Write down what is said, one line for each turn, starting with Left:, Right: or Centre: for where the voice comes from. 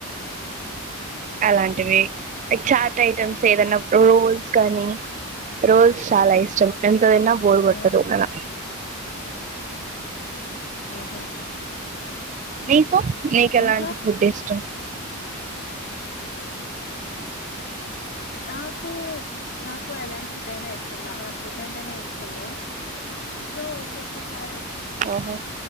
Right: అలాంటివి ఎ చాటైటమ్స్ ఏదన్న రోల్స్ కాని రోల్స్ చాలా ఇష్టం ఎంత దిన్నా బోర్ గొట్టదు
Left: ఉమ్
Right: అలా
Left: ఆహ
Right: నీకు నీకెలాంటి
Left: ఇంట్లో
Right: ఫుడ్డిష్టం.
Left: నాకూ నాకు ఎలాంటి ఫుడ్డైనా ఇష్టం న నాక్ ఫుడ్డంటేనే ఇష్టము సో ఒక్కొక్క సారి ఒ
Right: ఓహొ